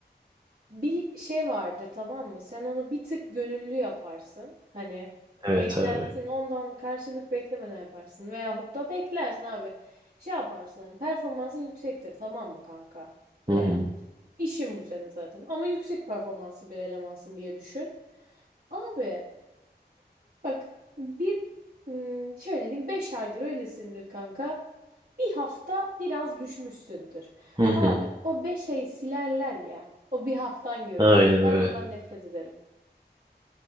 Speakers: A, on the right; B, on the right.
A: bir şey vardır tamam mı? Sen onu bir tık gönüllü yaparsın. Hani
B: Evet
A: beklentin
B: abi.
A: ondan karşılık beklemeden yaparsın. Veyahut da beklersin abi. Şey yaparsın hani performansın yüksektir tamam mı kanka? Veya
B: Hı hı.
A: işin bu senin zaten. Ama yüksek performanslı bir elemansın diye düşün. Abi bak bir ım, şöyle diyeyim 5 aydır öylesindir kanka. Bir hafta biraz düşmüşsündür.
B: Hı hı.
A: Abi o beş ay silerler ya. O bir haftan görünür.
B: Aynen öyle.
A: Ben ondan nefret ederim.